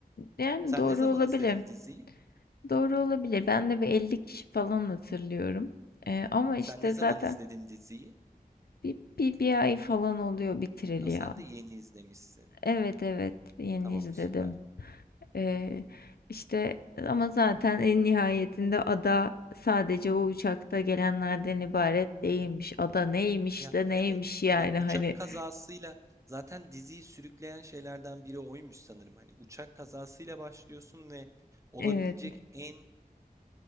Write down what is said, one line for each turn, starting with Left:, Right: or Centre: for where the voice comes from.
Left: Yani
Right: sen
Left: doğru
Right: ne zaman
Left: olabilir.
Right: izledin diziyi?
Left: Doğru olabilir. Ben de bir 50 kişi falan hatırlıyorum. Ee, ama işte
Right: Sen ne zaman
Left: zaten
Right: izledin diziyi?
Left: bir, bir, bir ay falan oluyor bitireli
Right: Ha,
Left: ya.
Right: sen de yeni izlemişsin.
Left: Evet evet yeni
Right: Tamam
Left: izledim.
Right: süper.
Left: Ee, işte ama zaten en nihayetinde ada sadece o uçakta gelenlerden ibaret değilmiş. Ada neymiş
Right: Ya
Left: de neymiş
Right: evet
Left: yani
Right: hani uçak
Left: hani.
Right: kazasıyla zaten diziyi sürükleyen şeylerden biri oymuş sanırım. Hani uçak kazasıyla başlıyorsun ve olabilecek
Left: Evet
Right: en